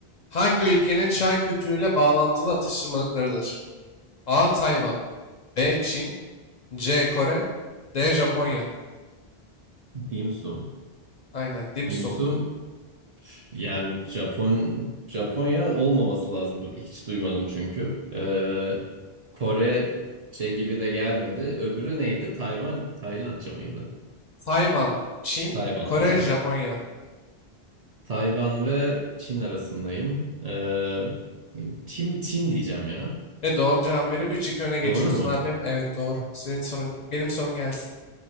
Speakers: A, on the left (about 50°); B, on the right (about 45°).
A: Hangi ülkenin çay kültürüyle bağlantılı atıştırmalıklarıdır? A. Tayvan. B. Çin. C. Kore. D. Japonya.
B: Dim sum.
A: Aynen. Dim
B: Dim
A: sum.
B: sum Yani Japon Japonya olmaması lazım. Bu- Hiç duymadım çünkü. Ee, Korece gibi de gelmedi. Öbürü neydi? Tayvan, Taylandca mıydı?
A: Tayvan, Çin,
B: Tayvan.
A: Kore,
B: hı.
A: Japonya.
B: Tayvan ve Çin arasındayım. Ee, Çin, Çin diyeceğim ya.
A: Ve doğru cevabı verip üç iki öne geçiyorsun
B: Doğru mu?
A: abi. Evet doğru. Senin sorun, benim sorum gelsin.